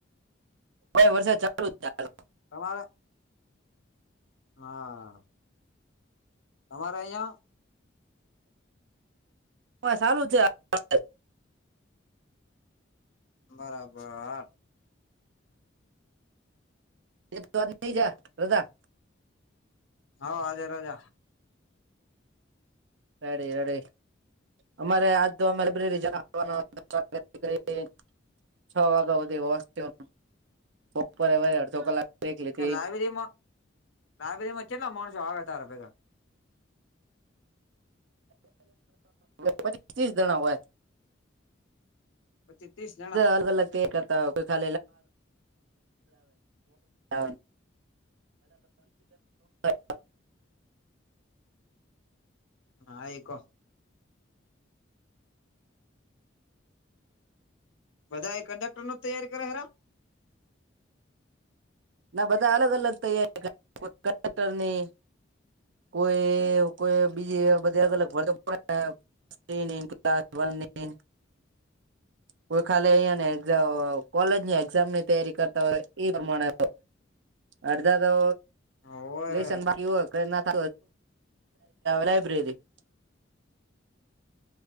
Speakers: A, on the right; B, on the left.
A: વર્ષે ચાલુ જ ચાલ <unintelligible>
B: તમારા? હા. તમારે અહીંયા?
A: અમારે સારુ જ છે.
B: બરાબર આ
A: એક દ્રવાર નહિ જા રદા
B: હા આજે રજા.
A: રેડી રેડી અમારે આજ તો અમે લઇબ્રેરી જવા <inaudible> છ વાગ્યા વરસ્યો બપોરે અડધો કલાક બ્રેક લીધી
B: લાયબ્રેરી માં લાયબ્રેરી માં કેટલા માણસો આવે તારા ભેગા?
A: પચીસ ત્રીસ જણા હોય.
B: પચીસ તીસ
A: અલગ અલગ તે કરતા કો ખ <inaudible> એ <inaudible>
B: હા એક બધાય કંડક્ટર નો તૈયારી કરે હે?
A: ના બધા અલગ અલગ તૈયાર કરે કોય કંડક્ટર ની કોઈ કોઈ બીજી બધી અલગ અલગ પણ ત નન કતાબલ નન <inaudible> કોઈ ખાલી અયા ને એ કોલેજ ની એક્ઝામ ની તૈયારી કરતા હોય એ પ્રમાણે અડધા તો
B: ઓવે
A: લેસન બાકી હોય. નેથ લાઈબ્રેરી <inaudible>